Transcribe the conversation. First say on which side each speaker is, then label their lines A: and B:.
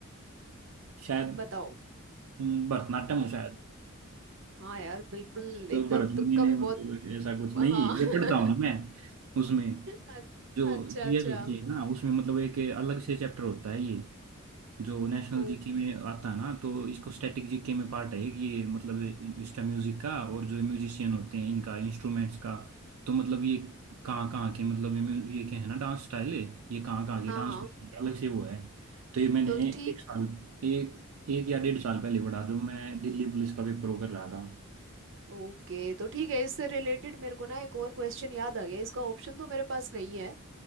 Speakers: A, on the right; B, on the right.
A: शायद
B: बताओ
A: हम्म, भरतनाट्यम
B: हम्म
A: हूँ शायद
B: हाँ यार बिल्कुल
A: तो
B: एकदम
A: भरत मुनि
B: तुक्का
A: ने
B: भी
A: मतलब
B: बहुत
A: ऐसा कुछ नहीं
B: हाँ <laughs>
A: ये पढ़ता हूँ ना मैं उसमें
B: अ-
A: जो
B: अच्छा
A: जीएस
B: अच्छा
A: होती है ना उसमें मतलब एक अलग से चैप्टर होता है ये जो नेशनल
B: ओ
A: जीके में आता है ना तो इसको स्टैटिक जीके में पार्ट है कि ये मतलब इसका म्यूजिक का और जो म्यूजिशियन होते हैं इनका इंस्ट्रूमेंट्स का तो मतलब ये कहाँ कहाँ के मतलब ये mu- ये क्या है ना डांस स्टाइल है ये कहाँ कहाँ के
B: हाँ
A: डांस
B: हाँ
A: अलग से वो है तो ये मैंने
B: तो ठीक
A: एक साल एक एक या डेढ़ साल पहले पढ़ा जो मैं दिल्ली पुलिस का पेपर वो कर रहा था
B: ओके तो ठीक है इससे रिलेटेड मेरे को ना एक और क्वेश्चन याद आ गया इसका ऑप्शन तो मेरे पास नहीं है